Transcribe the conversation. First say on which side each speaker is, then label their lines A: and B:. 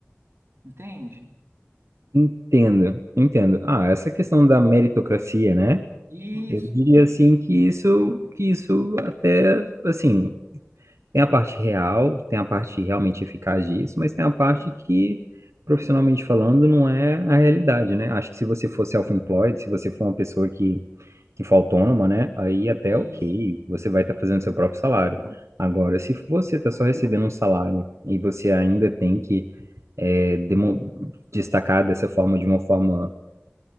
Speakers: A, on the right; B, on the right.
A: Entende?
B: Entendo, entendo. Ah, essa questão da meritocracia, né?
A: Isso,
B: Eu diria assim que isso que isso até assim Tem a parte real, tem a parte realmente eficaz disso, mas tem a parte que, profissionalmente falando, não é a realidade, né? Acho que se você for self-employed, se você for uma pessoa que, que for autônoma, né? Aí até
A: isso.
B: ok, você vai estar fazendo seu próprio salário. Agora, se você está só recebendo um salário e você ainda tem que é, demo- destacar dessa forma, de uma forma...